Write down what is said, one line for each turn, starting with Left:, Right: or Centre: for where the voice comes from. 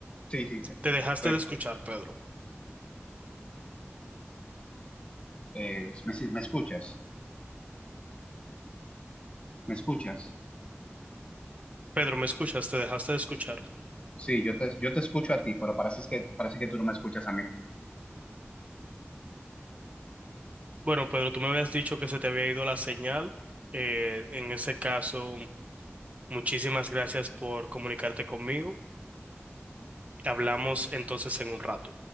Left: sí,
Right: Te dejaste
Left: re-
Right: de escuchar, Pedro.
Left: eh, me, me escuchas, me escuchas.
Right: Pedro, ¿me escuchas? Te dejaste de escuchar.
Left: Sí, yo te, yo te escucho a ti, pero parece que, parece que tú no me escuchas a mí.
Right: Bueno, Pedro, tú me habías dicho que se te había ido la señal. Eh, en ese caso, muchísimas gracias por comunicarte conmigo. Hablamos entonces en un rato.